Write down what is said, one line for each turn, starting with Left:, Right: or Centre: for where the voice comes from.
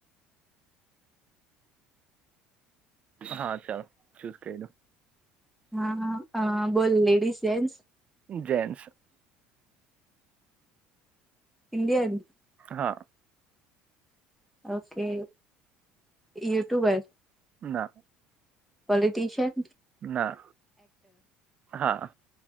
Right: હા ચાલ ચુસ કઇરુ.
Centre: હા બોલ લેડીઝ જેન્ટ્સ
Right: જેન્સ
Centre: ઇન્ડિયા
Right: હા.
Centre: ઓકે યુટ્યુબ એ
Right: ના.
Centre: પોલિટીશિન.
Right: ના હા.